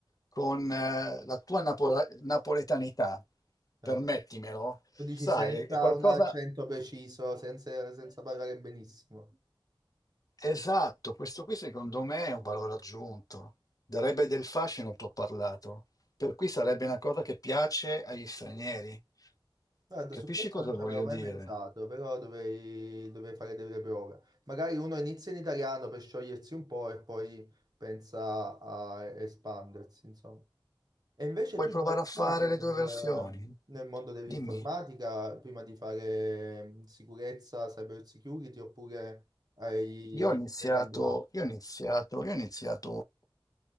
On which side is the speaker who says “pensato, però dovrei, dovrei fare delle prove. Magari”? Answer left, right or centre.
Right